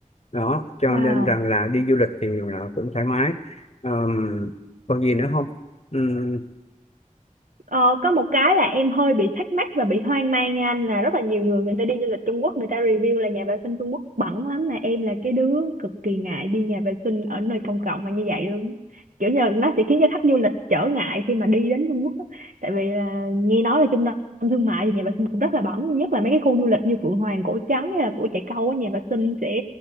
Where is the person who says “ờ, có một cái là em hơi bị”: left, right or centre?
Right